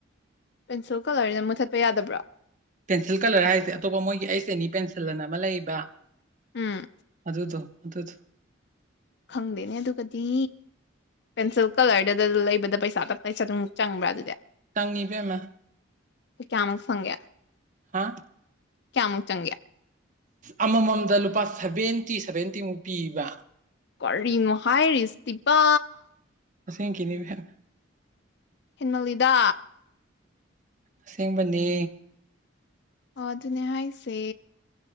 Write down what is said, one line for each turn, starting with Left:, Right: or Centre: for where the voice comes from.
Left: ꯄꯦꯟꯁꯤꯜ ꯀꯂꯔꯖꯤ ꯃꯨꯠꯊꯠꯄ ꯌꯥꯗꯕ꯭ꯔꯣ
Right: ꯄꯦꯟꯁꯤꯜ ꯀꯂꯔ ꯍꯥꯏꯔꯤꯖꯦ ꯑꯇꯣꯞꯄ ꯃꯣꯏꯒꯤ ꯑꯩꯁ ꯑꯦꯟꯅꯤ ꯄꯦꯟꯁꯤꯜ ꯑꯅ ꯑꯃ ꯂꯩꯕ
Left: ꯎꯝ
Right: ꯑꯗꯨꯗꯣ ꯑꯗꯨꯗꯣ
Left: ꯈꯪꯗꯦꯅꯦ ꯑꯗꯨꯒꯗꯤ ꯄꯦꯟꯁꯤꯜ ꯀꯂꯔꯗꯨꯗ ꯂꯩꯕꯗ ꯄꯩꯁꯥ ꯇꯞ ꯇꯥꯏ ꯑꯗꯨꯝ ꯆꯪ ꯆꯪꯕ꯭ꯔꯥ ꯑꯗꯨꯗꯤ
Right: ꯆꯪꯉꯤ ꯏꯕꯦꯝꯃꯥ
Left: ꯀꯌꯥꯃꯨꯛ ꯁꯪꯒꯦ
Right: ꯍꯥꯥ
Left: ꯀꯌꯥꯃꯨꯛ ꯆꯪꯒꯦ
Right: ꯑꯃꯃꯝꯗ ꯂꯨꯄꯥ ꯁꯚꯦꯟꯇꯤ ꯁꯚꯦꯟꯇꯤꯃꯨꯛ ꯄꯤꯕ
Left: ꯀꯔꯤꯅꯣ ꯍꯥꯏꯔꯤꯁꯤꯕꯣ
Right: ꯑꯁꯦꯡꯀꯤꯅꯤ ꯏꯕꯦꯝ
Left: ꯍꯦꯟꯃꯟꯂꯤꯗꯥ
Right: ꯑꯁꯦꯡꯕꯅꯦ
Left: ꯑꯥꯗꯨꯅꯦ ꯍꯥꯏꯁꯦ